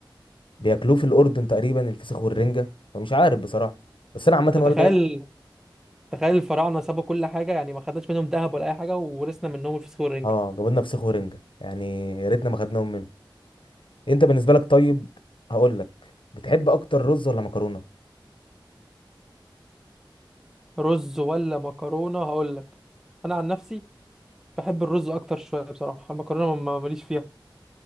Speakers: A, on the left; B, in the centre.
A: بياكلوه في الاردن تقريبا الفسيخ والرنجه فمش عارف بصراحه بس انا عامه
B: يعني
A: ولا
B: تخيل
A: ايه
B: تخيل الفراعنه سابوا كل حاجه يعني ما خدناش منهم ذهب ولا اي حاجه وورثنا منهم الفسيخ والرنجه
A: اه جابوا لنا فسيخ ورنجه يعني يا ريتنا ما خدناهم منهم انت بالنسبه لك طيب هقول لك بتحب اكتر رز ولا مكرونه
B: رز ولا مكرونه هقول لك انا عن نفسي بحب الرز اكتر شويه بصراحه المكرونه ما- ماليش فيها